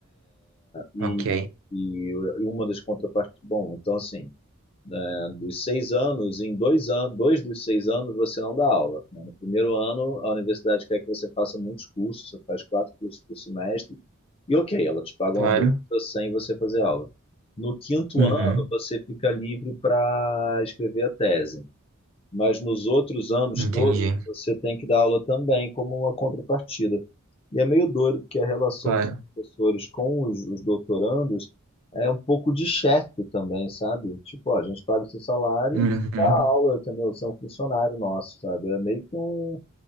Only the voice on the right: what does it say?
Ok,
claro.
Uhum.
Entendi,
claro.
Uhum.